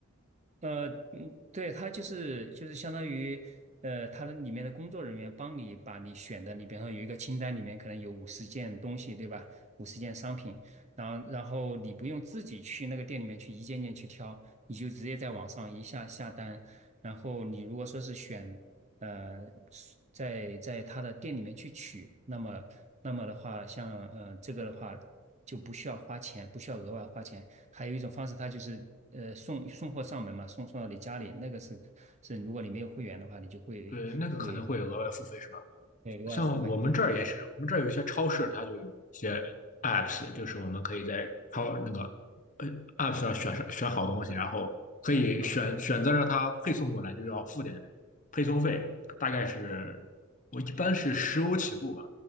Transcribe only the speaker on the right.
呃，嗯，对，他就是就是相当于，呃，他的里面的工作人员帮你把你选的，你比方说有一个清单，里面可能有五十件东西，对吧？五十件商品，然后然后你不用自己去那个店里面去一件件去挑，你就直接在网上一下下单，然后你如果说是选，呃，是在在他的店里面去取，那么那么的话，像呃这个的话就不需要花钱，不需要额外花钱。还有一种方式，它就是呃送送货上门嘛，送送到你家里，那个是是如果你没有会员的话，你就会会
会额外付费
啊，